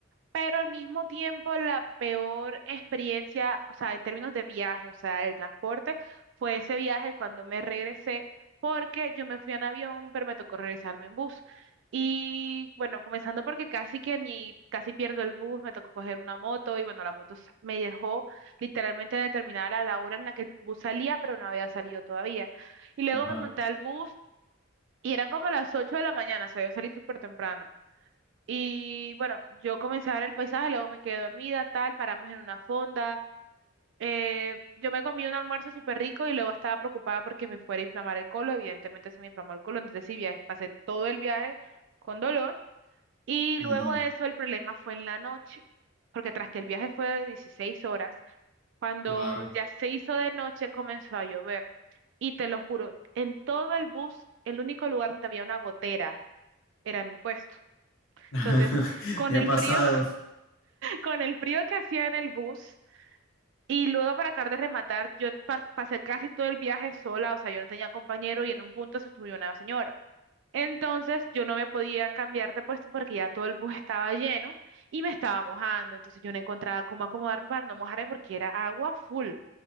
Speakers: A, on the right (about 60°); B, on the left (about 70°).
A: pero al mismo tiempo la peor experiencia, o sea, en términos de viaje, o sea, el transporte, fue ese viaje cuando me regresé, porque yo me fui en avión, pero me tocó regresarme en bus. Y bueno, comenzando porque casi que ni, casi pierdo el bus, me tocó coger una moto y bueno, la moto s- me dejó literalmente en el terminal a la hora en la que el bus salía, pero no había salido todavía. Y luego
B: Ajá.
A: me monté al bus y eran como las 8 de la mañana, o sea, yo salí súper temprano. Y bueno, yo comencé a ver el paisaje, luego me quedé dormida, tal, paramos en una fonda. eh, yo me comí un almuerzo súper rico y luego estaba preocupada porque me fuera a inflamar el colon. Evidentemente se me inflamó el colon, entonces sí, viaje- pasé todo el viaje con dolor. Y luego
B: Ujú,
A: de eso el problema fue en la noche, porque tras que el viaje fue de 16 horas, cuando
B: Claro.
A: ya se hizo de noche comenzó a llover. Y te lo juro, en todo el bus, el único lugar donde había una gotera era mi puesto.
B: <laughs>
A: Entonces, con
B: Me
A: el
B: ha pasado.
A: frío... con el frío que hacía en el bus y luego para acabar de rematar, yo pa- pasé casi todo el viaje sola, o sea, yo no tenía compañero y en un punto se subió una señora. Entonces yo no me podía cambiar de puesto porque ya todo el bus estaba lleno y me estaba mojando, entonces yo no encontraba cómo acomodarme para no mojarme porque era agua full.